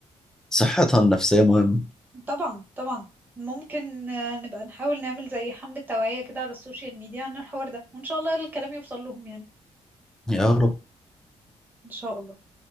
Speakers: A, in the centre; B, on the right (about 15°).
A: صحتها النفسيه مهمه
B: طبعا طبعا ممكن آه، نبقى نحاول نعمل زي حملة توعية كده على السوشيال ميديا عن الحوار ده وإن شاء الله الكلام يوصل لهم يعني
A: يا رب
B: إن شاء الله